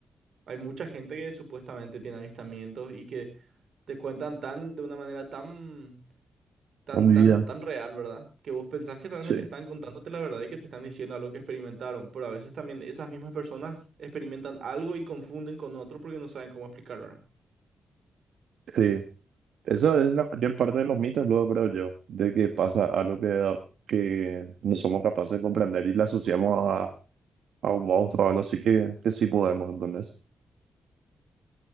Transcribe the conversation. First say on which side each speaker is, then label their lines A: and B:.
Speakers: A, on the right (about 65°); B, on the right (about 85°).
A: Hay mucha gente que supuestamente tiene avistamientos y que te cuentan tan de una manera tan, tan,
B: Con mi
A: tan,
B: vida.
A: tan real, ¿verdad? Que vos pensás que realmente
B: Sí,
A: están contándote la verdad y que te están diciendo algo que experimentaron. Pero a veces también esas mismas personas experimentan algo y confunden con otro porque no saben cómo explicar, ¿verdad?
B: sí. Esa es la mayor parte de los mitos, luego creo yo, de que pasa algo que, que no somos capaces de comprender y la asociamos a, a un monstruo o algo así que, que sí podemos, entonces.